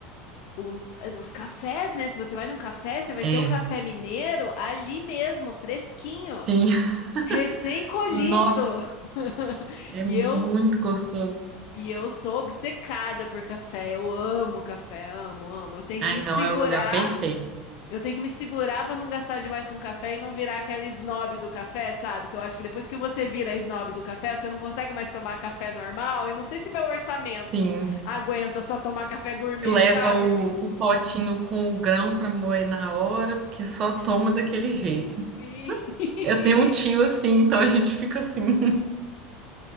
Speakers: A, on the left (about 65°); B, on the right (about 45°).
A: o- é, os cafés, né? Se você vai num café, você vai
B: É,
A: ter o café mineiro ali mesmo, fresquinho,
B: sim. <laughs>
A: recém-colhido.
B: Nossa,
A: <laughs>
B: é
A: E
B: muito
A: eu,
B: gostoso.
A: e eu sou obcecada por café. Eu amo café, amo, amo. Eu tenho
B: Ah,
A: que me
B: então
A: segurar.
B: é o lugar perfeito.
A: Eu tenho que me segurar pra não gastar demais com café e não virar aquela snob do café, sabe? Que eu acho que depois que você vira snob do café, você não consegue mais tomar café normal. E não sei se meu orçamento
B: Sim.
A: aguenta só tomar café gourmet,
B: que leva
A: sabe?
B: o, o potinho com o grão para moer na hora, porque só toma daquele jeito.
A: Sim. <laughs>
B: Eu tenho um tio assim, então a gente fica assim. <laughs>